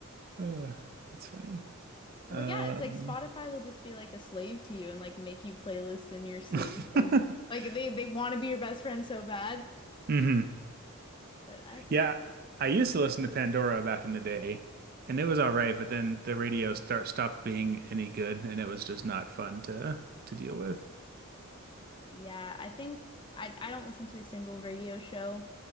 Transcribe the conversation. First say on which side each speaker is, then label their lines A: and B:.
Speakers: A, on the right; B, on the left.
A: Oh, that's funny.
B: Well,
A: Um,
B: yeah, it's like Spotify will just be like a slave to you and like make you playlists in your sleep
A: <laughs>
B: and like they they want to be your best friend so bad,
A: hmm
B: but I appreciate
A: Yeah, I used to listen to Pandora back in the day, and it was all right, but then the radio start stopped being any good, and it was just not fun to to deal with.
B: Yeah, I think I I don't listen to a single radio show.